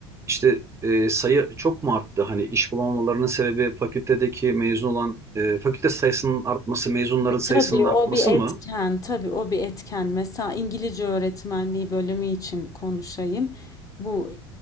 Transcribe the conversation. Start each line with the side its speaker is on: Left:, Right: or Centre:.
Right: işte e, sayı çok mu arttı? Hani iş bulamamalarının sebebi fakültedeki mezun olan e, fakülte sayısının artması, mezunların
Left: E,
Right: sayısının
Left: tabii
Right: artması
Left: o bir etken,
Right: mı?
Left: tabii o bir etken. Mesela İngilizce öğretmenliği bölümü için konuşayım. Bu